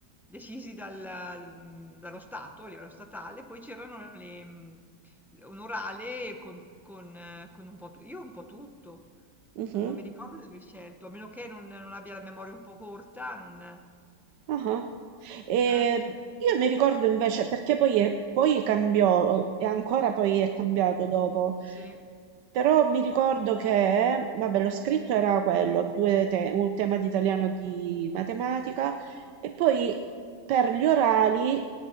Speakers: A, in the centre; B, on the right.
A: decisi dal- mm, dallo Stato, a livello statale, poi c'erano le, mm, un orale con, con, eh, con un po' tutto. Io un po' tutto,
B: mhm.
A: non, non mi ricordo di aver scelto, a meno che non, non abbia la memoria un po' corta, non...
B: Ah-ah. Ehm,
A: eh,
B: io mi ricordo invece perché poi è- poi cambiò, eh, e ancora poi è cambiato dopo.
A: sì.
B: Però mi ricordo che, vabbè, lo scritto era quello, due te- un tema di italiano e di matematica, e poi per gli orali